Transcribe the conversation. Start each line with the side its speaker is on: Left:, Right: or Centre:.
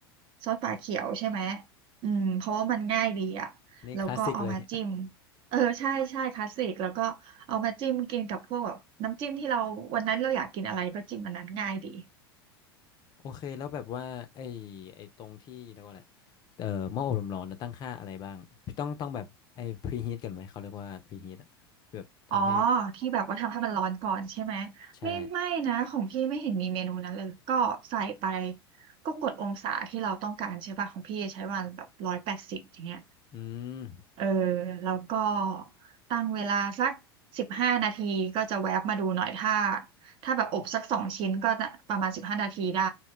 Right: ซอสปลาเขียวใช่ไหมอืมเพราะว่ามันง่ายดีอ่ะแล้วก็เอามาจิ้ม
Left: นี่คลาสสิกเลย
Right: เออใช่ใช่คลาสสิกแล้วก็เอามาจิ้มกินกับพวกแบบน้ำจิ้มที่เราวันนั้นเราอยากกินอะไรก็จิ้มอันนั้นง่ายดี
Left: โอเคแล้วแบบว่าไอ้ไอ้ตรงที่เรียกว่าอะไรเอ่อหม้ออบลมร้อนนะตั้งค่าอะไรบ้างต้องต้องแบบไอ้พรีฮีทกันไหมเขาเรียกว่าพรีฮีทอะแบบทำให้
Right: อ๋อที่แบบว่าทำให้มันร้อนก่อนใช่ไหม
Left: ใช่
Right: ไม่ไม่นะของพี่ไม่เห็นมีเมนูนั้นเลยก็ใส่ไปก็กดองศาที่เราต้องการใช่ป่ะของพี่ใช้วันแบบร้อยแปดสิบอย่างเงี้ย
Left: อืม
Right: เออแล้วก็ตั้งเวลาสักสิบห้านาทีก็จะแวบมาดูหน่อยถ้าถ้าแบบอบสักสองชิ้นก็จะประมาณสิบห้านาทีได้